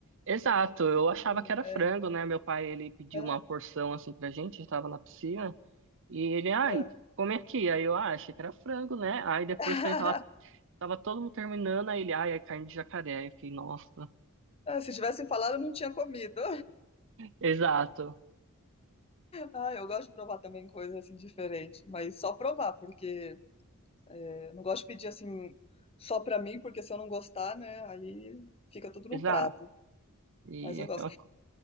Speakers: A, on the right (about 60°); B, on the left (about 25°).
A: Exato, eu
B: Não
A: achava
B: lembro muito.
A: que era
B: É,
A: frango, né? Meu pai, ele pediu
B: é,
A: uma porção, assim, pra gente, a gente tava na piscina. E ele, ai,
B: é.
A: come aqui. Aí eu, ah, achei que era frango, né? Aí depois
B: <laughs>
A: que a gente tava, tava todo mundo terminando, aí ele, ai, é carne de jacaré. Aí eu fiquei, nossa.
B: Ah, Se tivessem falado, eu não tinha comido.
A: Exato,
B: Ah, eu gosto de provar também coisas assim diferente, mas só provar, porque eu não gosto de pedir assim só pra mim, porque se eu não gostar, né, aí fica tudo
A: exato.
B: no prato.
A: E
B: Mas eu
A: aquela.
B: gosto.
A: co-